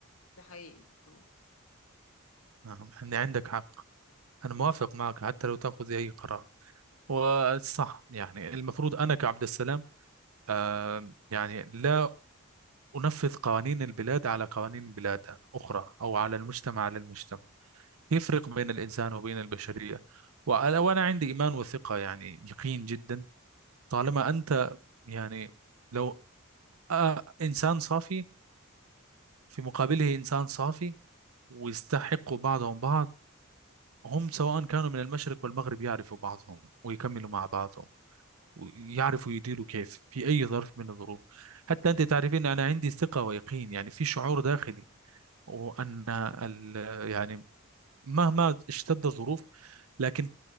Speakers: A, on the left; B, on the right.
A: ده حقيقي اه
B: نعم إن عندك حق أنا موافق معك حتى لو تأخذ أي قرار وصح يعني المفروض أنا كعبد السلام آه، يعني لا أنفذ قوانين البلاد على قوانين بلاد أخرى أو على المجتمع على المجتمع يفرق بين الإنسان وبين البشرية وأنا وأنا عندي إيمان وثقة يعني يقين جدا طالما أنت يعني لو آه، إنسان صافي في مقابله إنسان صافي ويستحقوا بعضهم بعض هم سواء كانوا من المشرق والمغرب يعرفوا بعضهم ويكملوا مع بعضهم ويعرفوا يديروا كيف في أي ظرف من الظروف حتى أنت تعرفين أنا عندي ثقة ويقين يعني في شعور داخلي وأن ال- يعني مهما اشتد الظروف لكن